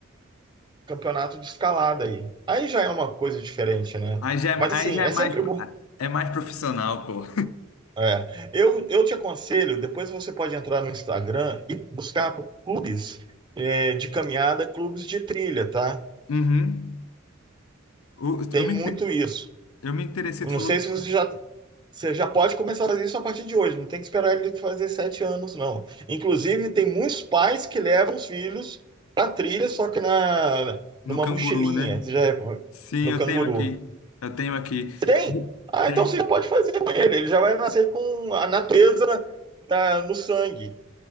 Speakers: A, on the right (about 20°); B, on the left (about 90°).
A: campeonato de escalada aí. Aí já é uma coisa diferente, né?
B: Aí já é, ma-
A: Mas assim,
B: aí já
A: é
B: é mais,
A: sempre bom
B: é mais profissional, pô.
A: É, eu, eu te aconselho, depois você pode entrar no Instagram e buscar por clubes é, de caminhada, clubes de trilha, tá?
B: Uhum. O-
A: Tem
B: Eu, me,
A: muito
B: inte-
A: isso.
B: eu me interessei,
A: Eu
B: tu
A: não
B: falou
A: sei
B: que
A: se
B: isso-
A: você já, você já pode começar a fazer isso a partir de hoje, não tem que esperar ele fazer sete anos, não. Inclusive, tem muitos pais que levam os filhos pra trilha, só que na,
B: no
A: numa
B: canguru,
A: mochilinha,
B: né?
A: você já, é
B: Sim,
A: no
B: eu
A: canguru.
B: tenho aqui. Eu tenho aqui.
A: Tem? Ah,
B: Tem,
A: então você já pode fazer com ele, ele já vai nascer com a natureza na- no sangue.